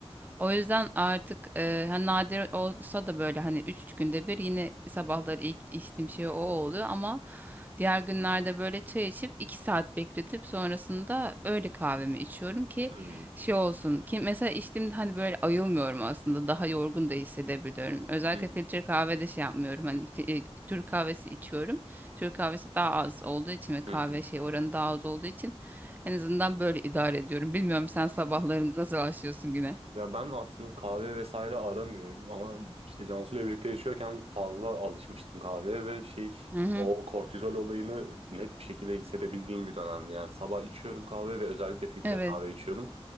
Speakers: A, on the right; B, on the right.
A: O yüzden artık e, hani nadir olsa da böyle hani üç günde bir yine sabahları ilk içtiğim şey o oluyor ama diğer günlerde böyle çay içip iki saat bekletip sonrasında öğle kahvemi içiyorum ki
B: hı hı,
A: şey olsun ki mesela içtiğimde hani böyle ayılmıyorum aslında daha yorgun da hissedebiliyorum. Özellikle
B: hı hı.
A: filtre kahvede şey yapmıyorum hani fi- e, Türk kahvesi içiyorum. Türk kahvesi daha az olduğu için ve kahve
B: Hı hı.
A: şey oranı daha az olduğu için en azından böyle idare ediyorum. Bilmiyorum sen sabahları nasıl başlıyorsun güne?
B: Ya ben aslında kahve vesaire aramıyorum ama işte Cansu'yla birlikte yaşıyorken fazla alışmıştım kahveye ve şey
A: Hı hı.
B: o kortizol olayını net bir şekilde hissedebildiğim bir dönemdi. Yani sabah içiyorum kahve ve özellikle filtre
A: Evet,
B: kahve içiyordum.